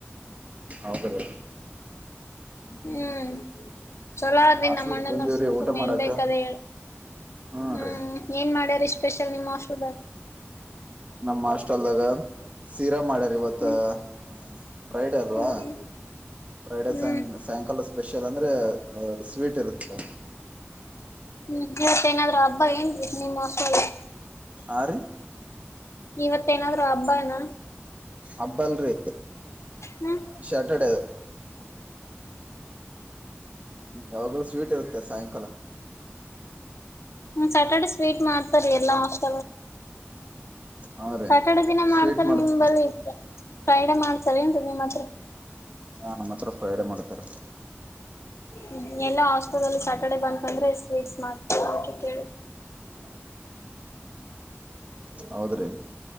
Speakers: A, on the right; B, on the left.
A: ಹೌದ ರೇ
B: ಹ್ಮ್ ಚೊಲೋ ಅದನ್
A: ಹಾಸ್ಟೆಲ್
B: ನಮ್ಮ ಅಣ್ಣನ
A: ಬಂದಿವ್ರಿ
B: ಸುಮ್
A: ಊಟ
B: ಸುಮ್
A: ಮಾಡಾಕ
B: ಏನ್ ಬೇಕದ ಹೇಳಿ
A: ಹ್ಮ
B: ಹ್ಮ್
A: ರೀ
B: ಏನ್ ಮಾಡ್ಯರಿ ಸ್ಪೆಷಲ್ ನಿಮ್ಮ ಹಾಸ್ಟೆಲ್ದಾಗ
A: ನಮ್ಮ ಹಾಸ್ಟೆಲದಾಗ ಶೀರಾ ಮಾಡ್ಯಾರ ಇವತ್ತ.
B: ಹ್ಮ್
A: ಮತ್ತ ಫ್ರೈಡೆ ಅಲ್ವಾ
B: ಹ್ಮ್
A: ಫ್ರೈಡೆ
B: ಹ್ಮ್
A: ಸಾಂಗ್ ಸಾಯಂಕಾಲ ಸ್ಪೆಷಲ್ ಅಂದ್ರೆ ಸ್ವೀಟ್ ಇರುತ್ತೆ
B: ಹ್ಮ್ ಇವತ್ತೇನಾದ್ರು ಹಬ್ಬ ಏನ್ ನಿಮ್ಮ ಅಕ್ಕಳಿಗೆ
A: ಆರು
B: ಇವತ್ತೇಏನಾದ್ ಹಬ್ಬನಾ
A: ಅಬ್ಬಲ್ರಿ
B: ಹ್ಮ್
A: ಶಟರ್ಡೇ ಯಾವಾಗಲೂ ಸ್ವೀಟ್ ಇರುತ್ತೆ ಸಾಯಂಕಾಲ
B: ಹ್ಮ ಸ್ಯಾಟರ್ಡೆ ಸ್ವೀಟ್ ಮಾಡ್ತಾರ ಎಲ್ಲಾ ಅಷ್ಟ
A: ಹಾ ರೀ
B: ಸ್ಯಾಟರ್ಡೆ ದಿನ
A: ಸ್ವೀಟ್
B: ಮಾಡ್ತಾರ
A: ಮಾಡ್ತ
B: ನಿಮ ಬರಿ ಫ್ರೈಡೆ ಮಾಡ್ತಾರ ಏನ್ರಿ ನಿಮ್ಮ್ ಹತ್ರ
A: ಹಾ ನಮ್ಮ ಹತ್ರ ಫ್ರೈಡೇ ಮಾಡ್ತಾರ
B: ಹ್ಮ್ ಎಲ್ಲಾ ಹಾಸ್ಪೆಟಲ್ಲಿ ಸ್ಯಾಟರ್ಡೆ ಬಂತ ಅಂದ್ರೆ ಸ್ವೀಟ್ಸ್ ಮಾಡ್ತ ಅದ ಕೇಳ
A: ಹೌದ್ರಿ